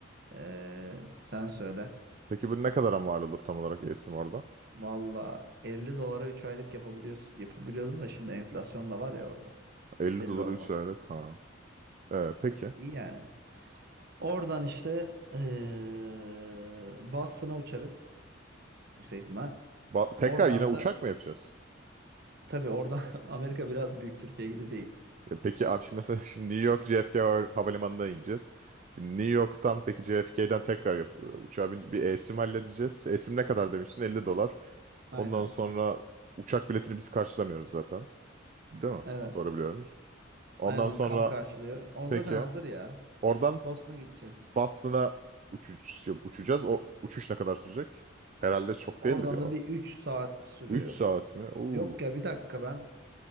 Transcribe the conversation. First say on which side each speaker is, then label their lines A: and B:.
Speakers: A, on the right; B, on the right.
A: ee, sen söyle.
B: Peki bu ne kadara mal olur tam olarak eSIM orada?
A: Valla 50 dolara 3 aylık yapabiliyorsun, yapabiliyordun da şimdi enflasyon da var ya orada.
B: Elli
A: Belli
B: dolar
A: olma.
B: 3 aylık. Ha. Ee, peki.
A: İyi yani. Oradan işte eee Boston'a uçarız. Yüksek ihtimal.
B: Ba- tekrar
A: Oradan
B: yine uçak
A: da
B: mı yapacağız?
A: tabii oradan <laughs> Amerika biraz büyük Türkiye gibi değil.
B: E, peki abi şimdi mesela <laughs> şimdi New York JFK hava- havalimanına ineceğiz. E, New York'tan peki JFK'den tekrar yap e, uçağa bin bir esim halledeceğiz. Esim ne kadar demiştin? 50 dolar.
A: Aynen.
B: Ondan sonra uçak biletini biz karşılamıyoruz zaten. Değil mi?
A: Evet.
B: Doğru biliyorum. Ondan
A: Aynen onu
B: sonra
A: kamp karşılıyor. O
B: peki
A: zaten hazır ya.
B: oradan
A: Boston'a gideceğiz.
B: Boston'a uçuş, uçacağız. O uçuş ne kadar sürecek? Herhalde çok
A: Oradan
B: değildir
A: da
B: ya.
A: bir üç saat sürüyor.
B: 3 saat mi? Oo.
A: Yok ya bir dakika ben